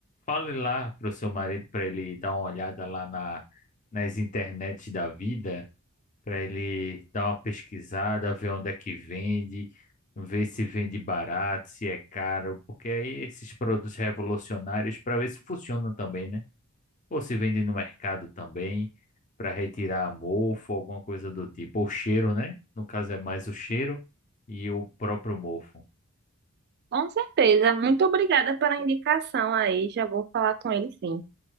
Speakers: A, on the left; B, on the right.
A: fale lá pro seu marido para ele dar uma olhada lá na, nas internet da vida, para ele dar uma pesquisada, ver onde é que vende, ver se vende barato, se é caro, porque aí esses produtos revolucionários para ver se funcionam também, né? Ou se vende no mercado também, para retirar mofo, alguma coisa do tipo, ou cheiro, né? No caso é mais o cheiro e o próprio mofo.
B: Com certeza. Muito obrigada pela indicação aí. Já vou falar com ele sim.